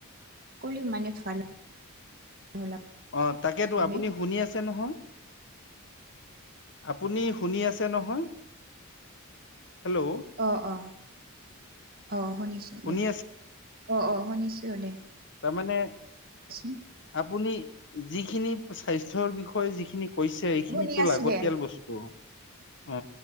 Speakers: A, on the right; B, on the left.
A: কলি মান ভাল হ'ল
B: অ, তাকেতো আপুনি
A: হয়
B: শুনি আছে নহয়। আপুনি শুনি আছে নহয়। হেল্ল'
A: অ - অ - অ শুনিছো
B: শুনি
A: দে অ - অ। শুনিছো দে।
B: তাৰ মমানে
A: কবাচোন
B: আপুনি যিখিনি স্বাস্থ্যৰ বিষয়ে যিখিনি কৈছে এইখিনিতো
A: শুনি আছো
B: লাগতিয়াল
A: দে
B: বস্তু। অ,